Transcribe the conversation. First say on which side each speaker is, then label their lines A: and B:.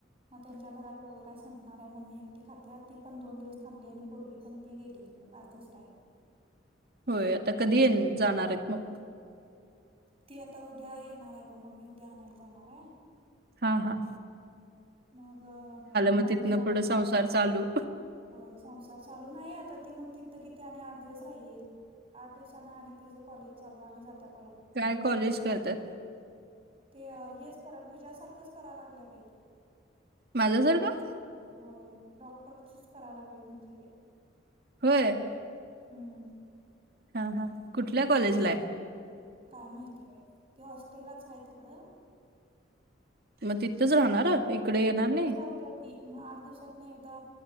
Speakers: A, on the right; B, on the right.
A: मग त्यांच्या घरात एवढं काय संपणार आहे. मम्मी एकटी खात्या आ ती पण दोन दिवस थांबली आणि पोरगी पण ती गेली. पाच दिवस राहिला
B: होय आता कधी येन जाणार आहेत मग?
A: ती आता उद्या येणार आहे ब मम्मी उद्या आणायला जाणार आहे.
B: हां हां.
A: मग
B: मग
A: मम्मी
B: तिथनं
A: म्हणा
B: पुढे
A: लागली
B: संसार चालू
A: होय संसार चालू नाही आता ती मग कि किती आणि आठ दिवस राहील. आठ दिवसांन आणि तिचं कॉलेज चालू आणि जात्या का
B: काय कॉलेज करत्यात?
A: ते हेच करा तुझ्यासारखंच कराय लागल्या बाई ती.
B: माझ्यासारखं
A: हो डॉक्टरचच करायल लागल्या म्हटली बाई.
B: होय.
A: हम्म.
B: हां हां. कुठल्या कॉलेज ला आहे?
A: काय माहिती बाई ते हॉस्टेललाच आहे तिकडं
B: म तिथंच राहणार? इकडे येणार
A: तिथंच
B: नाही
A: राहत्या ती. मग आठ दिवसातनं एकदा